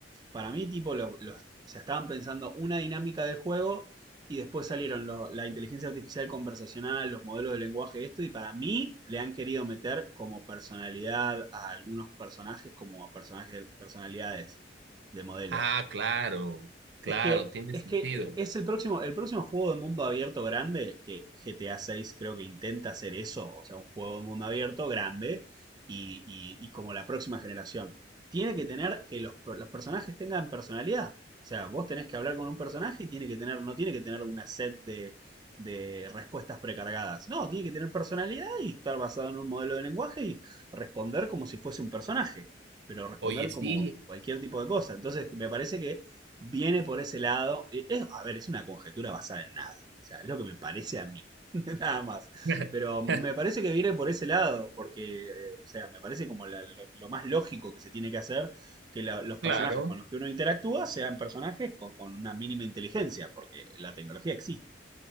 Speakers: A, on the right; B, on the right.
A: Para mí, tipo, lo- los, o sea, estaban pensando una dinámica del juego y después salieron lo- la inteligencia artificial conversacional, los modelos de lenguaje, esto. Y para mí, le han querido meter como personalidad a algunos personajes, como personajes, personalidades de modelos.
B: Ah, claro, claro,
A: Es que,
B: tiene
A: es
B: sentido.
A: que eh, es el próximo, el próximo juego de mundo abierto grande, que GTA seis creo que intenta hacer eso, o sea, un juego de mundo abierto grande y, y- y como la próxima generación. Tiene que tener que los, los personajes tengan personalidad. O sea, vos tenés que hablar con un personaje y tiene que tener, no tiene que tener una set de, de respuestas precargadas. No, tiene que tener personalidad y estar basado en un modelo de lenguaje y responder como si fuese un personaje, pero responder
B: Oye, sí,
A: como cualquier tipo de cosa. Entonces, me parece que viene por ese lado. eh, Es, a ver, es una conjetura basada en nada. O sea, es lo que me parece a mí. <laughs> Nada más.
B: <laughs>
A: Pero me parece que viene por ese lado, porque, eh, o sea, me parece como la- lo, lo más lógico que se tiene que hacer que la- los
B: claro.
A: personajes con los que uno interactúa sean personajes con, con una mínima inteligencia, porque la tecnología existe.